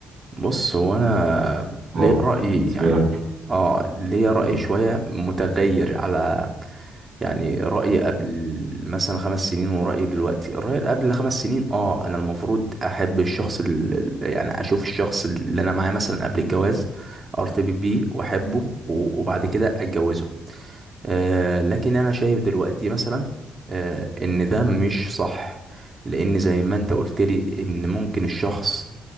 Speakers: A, on the right; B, on the right.
A: بص هو انا
B: اه
A: ليا رأي
B: بالنسبة
A: يعني
B: لك
A: اه ليا رأي
B: مم.
A: شوية متغير على يعني رأيي قبل مثلا خمس سنين ورأيي دلوقتي الرأي اللي قبل خمس سنين اه انا المفروض احب الشخص ال- يعني اشوف الشخص اللي انا معاه مثلا قبل الجواز ارتبط بيه واحبه و- وبعد كده اتجوزه آه لكن انا شايف دلوقتي مثلا آه ان ده مش صح لان زي ما انت قلت لي ان ممكن الشخص